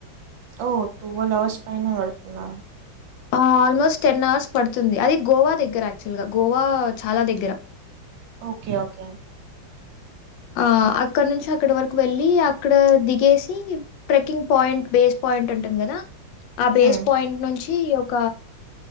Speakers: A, on the right; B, on the left.
A: ఓ టువెల్వ్ అవర్స్ పైనే పడుతుందా
B: ఆ ఆల్మోస్ట్ టెన్ అవర్స్ పడుతుంది అది గోవా దగ్గర యాక్చువల్ గా గోవా చాలా దగ్గర
A: ఓకే ఓకే
B: ఆ అక్కడ నుంచి అక్కడి వరకు వెళ్ళి అక్కడ దిగేసి ట్రెక్కింగ్ పాయింట్ బేస్ పాయింట్ ఉంటుంది కదా ఆ
A: హ్మ్
B: బేస్ పాయింట్ నుంచి ఒక